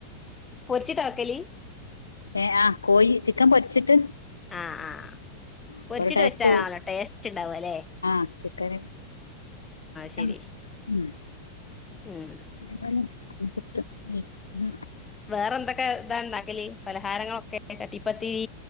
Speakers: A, on the left; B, on the left.
A: പൊരിച്ചിട്ടാ വെക്കല്.
B: ഏഹ് ആ കോയി, ചിക്കെൻ പൊരിച്ചിട്ട്.
A: ആ ആഹ്, പൊരിച്ചിട്ട്
B: അപ്പൊ ഒരു ടേസ്റ്റ്
A: വെച്ചാലാണല്ലോ
B: കൂടും
A: ടേസ്റ്റ് ണ്ടാവല്ലേ.
B: ആഹ് ചിക്കെന്
A: ശരി
B: നെം ഉം.
A: ഉം
B: <unintelligible>
A: വേറെന്തൊക്കെ താ.. ണ്ടാക്കല് പലഹാരങ്ങളൊക്കെ ചട്ടിപ്പത്തിരി.